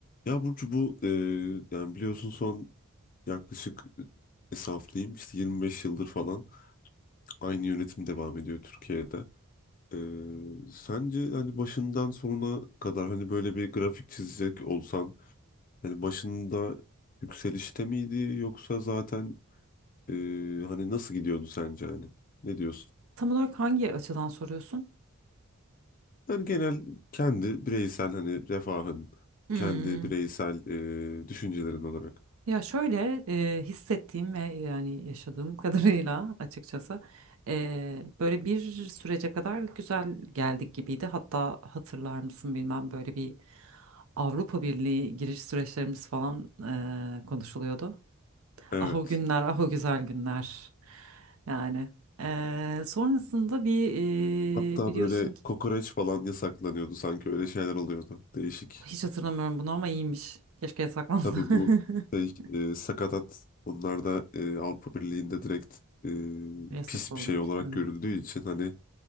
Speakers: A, on the left; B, on the right.
A: Ya Burcu bu e, yani biliyorsun son yaklaşık e, hesaplayayım işte 25 yıldır falan aynı yönetim devam ediyor Türkiye'de. E, sence hani başından sonuna kadar hani böyle bir grafik çizecek olsan hani başında yükselişte miydi yoksa zaten e, hani nasıl gidiyordu sence hani ne diyorsun?
B: Tam olarak hangi açıdan soruyorsun?
A: Yani genel kendi bireysel hani refahın
B: Hmm.
A: kendi bireysel e, düşüncelerin olarak.
B: Ya şöyle e, hissettiğim ve yani yaşadığım <laughs> kadarıyla açıkçası e, böyle bir sürece kadar güzel geldik gibiydi. Hatta hatırlar mısın bilmem böyle bir Avrupa Birliği giriş süreçlerimiz falan e, konuşuluyordu.
A: Evet.
B: Ah o günler, ah o güzel günler. Yani e, sonrasında bir
A: Hatta
B: e, biliyorsun
A: böyle
B: ki
A: kokoreç falan yasaklanıyordu sanki öyle şeyler oluyordu. Değişik.
B: hiç hatırlamıyorum bunu ama iyiymiş. Keşke yasaklansa.
A: Tabii bu
B: <laughs>
A: şey, e, sakatat onlar da e, Avrupa Birliği'nde direkt e,
B: Yasak
A: pis
B: olduğu
A: bir şey olarak
B: için evet.
A: görüldüğü için hani